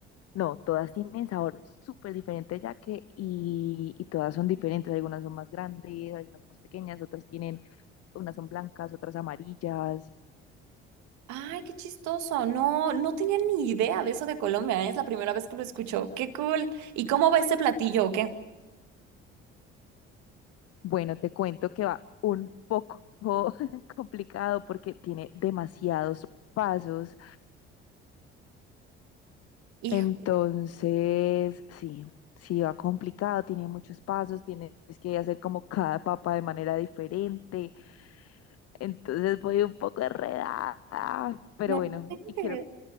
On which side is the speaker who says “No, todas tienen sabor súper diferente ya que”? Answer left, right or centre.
Left